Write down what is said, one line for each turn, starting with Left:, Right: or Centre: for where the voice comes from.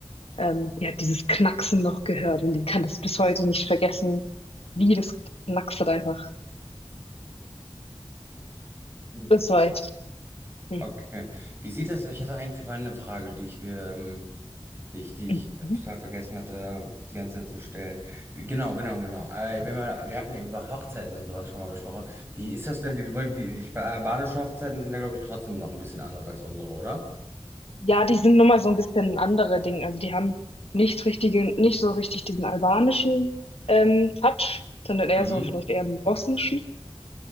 Left: ähm, die hat dieses Knacksen noch gehört und die kann das bis heute nicht vergessen, wie das geknackst hat einfach.
Right: Mhm.
Left: Das war echt Hm.
Right: Okay. Wie sieht das? Ich hatte eigentlich vorhin eine Frage, die ich mir, ähm, die ich, die ich
Left: Mhm.
Right: äh, total vergessen hatte, die ganze Zeit zu stellen. Wie- Genau, genau, genau. Äh, wenn wir, wir hatten ja über Hochzeiten und sowas schon mal gesprochen. Wie ist das denn? Wie, wie, wie, ich, albanische Hochzeiten sind ja, glaube ich, trotzdem noch ein bisschen anders als unsere, oder?
Left: Ja, die sind nun mal so ein bisschen andere Dinge. Also, die haben nicht richtige nicht so richtig diesen albanischen, ähm, Touch, sondern eher
Right: Mhm.
Left: so vielleicht eher 'n bosnischen.